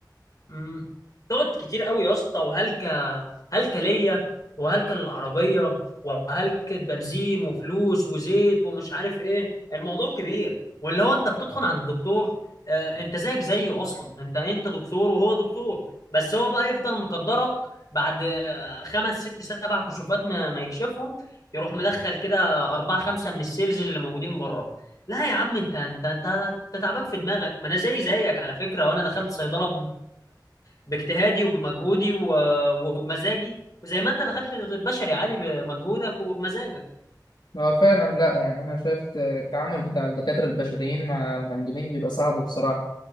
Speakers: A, on the left; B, on the left.
A: مم. تقعد كتير قوي يا اسطى وهلكة هلكة ليا وهلكة للعربية وهلكة بنزين وفلوس وزيت ومش عارف ايه الموضوع كبير واللي هو انت بتدخل عند دكتور آه انت زيك زيه اصلا انت انت دكتور وهو دكتور بس هو بقى يفضل مقدرك بعد آه، خمس ست سبع كشوفات ما, ما يكشفهم يروح مدخل كده أربعة خمسة من السيلز اللي موجودين بره لا يا عم انت انت انت, انت تعبان في دماغك ما انا زي زيك على فكرة وانا دخلت صيدلة باجتهادي وبمجهودي و... وبمزاجي وزي ما انت دخلت البشري عادي بمجهودك وبمزاجك
B: هو فعلا لا يعني انا شايف آه، التعامل بتاع الدكاتره البشريين مع المندوبين بيبقى صعب بصراحه